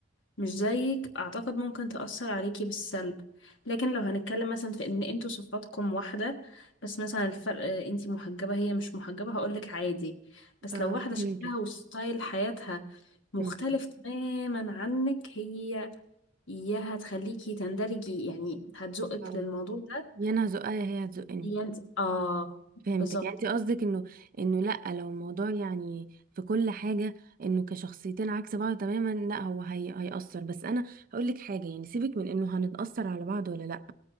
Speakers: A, on the left; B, on the right.
A: مش زيك اعتقد ممكن تأثر عليكي بالسلب لكن لو هنتكلم مثلا في ان انتوا صفاتكم واحدة بس مثلا الفرق آه، انتي محجبة هي مش محجبة هقولك عادي بس
B: آه
A: لو واحدة
B: فهمتك
A: شكلها وستايل حياتها مختلف
B: امم
A: تماما عنك هي يا هتخليكي تندرجي يعني هتزقك
B: آه.
A: للموضوع ده
B: يا انا هزقها يا هي هتزقني
A: يا انت اه
B: فهمتك
A: بالظبط
B: يعني انت قصدك انه انه لا لو الموضوع يعني في كل حاجه انه كشخصيتين عكس بعض تماما لا هو هي هيأثر بس انا هقول لك حاجه يعني سيبك من انه هنتأثر على بعض ولا لا